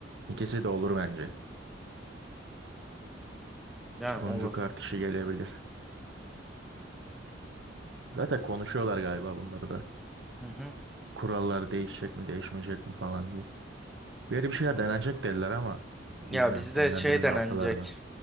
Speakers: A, on the right; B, in the centre.
A: İkisi de olur bence.
B: yani
A: Turuncu
B: olur.
A: kart işi gelebilir. Zaten konuşuyorlar galiba bunları da.
B: Hı hı.
A: Kurallar değişecek mi değişmeyecek mi falan diye. Bir yere bir
B: Olur.
A: şeyler denenecek dediler ama bilmiyorum
B: Ya bizde
A: denendi
B: şey
A: mi
B: denenecek.
A: ne yaptılar mı.